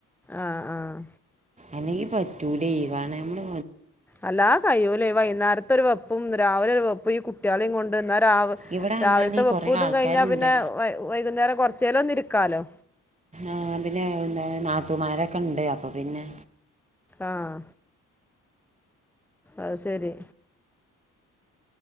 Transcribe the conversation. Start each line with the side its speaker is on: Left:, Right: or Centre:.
Centre: ആഹ് ആഹ്
Right: അല്ലെങ്കി പറ്റൂല്ലെ കാരണം നമ്മള്
Centre: അല്ലാ കഴയൂല്ലേ വൈകുന്നേരത്തൊരു വെപ്പും രാവിലൊരു വെപ്പും ഈകുട്ട്യാളെയും കൊണ്ട് എന്നാ രാവ്
Right: ഇവിടെ പറഞ്ഞാൽ
Centre: രാവിലത്തെ വെപ്പുതും
Right: കുറേ ആൾക്കാരുണ്ട്
Centre: കഴിഞ്ഞാ പിന്നെ വൈ വൈകുന്നേരം കൊറച്ചേരോന്ന് ഇരിക്കാലോ
Right: ആഹ് പിന്നെ നാത്തുമാരൊക്കെണ്ട് അപ്പൊ പിന്നെ
Centre: ആഹ് അഹ്സെരി